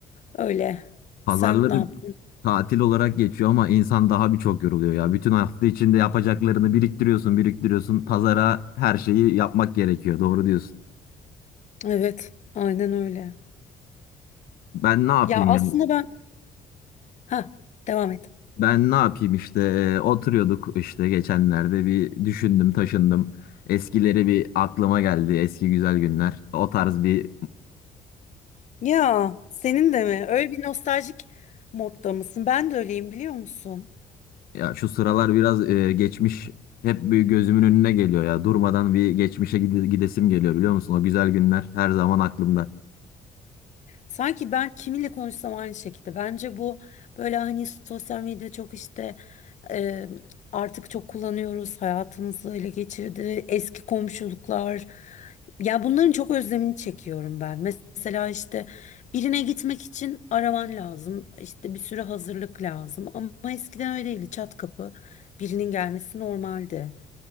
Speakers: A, on the left (about 50°); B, on the left (about 80°).
A: Öyle.
B: Pazarları
A: Sen ne yaptın?
B: tatil olarak geçiyor ama insan daha birçok yoruluyor ya. Bütün hafta içinde yapacaklarını biriktiriyorsun, biriktiriyorsun. Pazara her şeyi yapmak gerekiyor. Doğru diyorsun.
A: Evet aynen öyle.
B: Ben ne yapayım
A: Ya aslında
B: yani?
A: ben ha devam et.
B: Ben ne yapayım işte e, oturuyorduk işte geçenlerde bir düşündüm, taşındım. Eskileri bir aklıma geldi. Eski güzel günler. O tarz bir
A: Ya senin de mi? Öyle bir nostaljik modda mısın? Ben de öyleyim biliyor musun?
B: Ya şu sıralar biraz e, geçmiş hep bir gözümün önüne geliyor ya. Durmadan bir geçmişe gide- gidesim geliyor biliyor musun? O güzel günler her zaman aklımda.
A: Sanki ben kiminle konuşsam aynı şekilde. Bence bu böyle hani sosyal medya çok işte e, artık çok kullanıyoruz. Hayatımızı ele geçirdi. Eski komşuluklar. Ya bunların çok özlemini çekiyorum ben. Mesela işte birine gitmek için araman lazım. İşte bir sürü hazırlık lazım. Ama eskiden öyle değildi. Çat kapı birinin gelmesi normaldi.